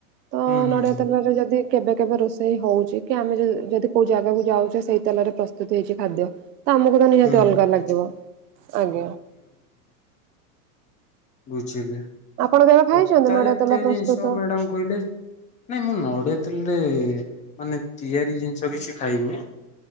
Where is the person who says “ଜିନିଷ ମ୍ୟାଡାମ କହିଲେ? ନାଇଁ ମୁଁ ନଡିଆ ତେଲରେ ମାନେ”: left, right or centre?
Left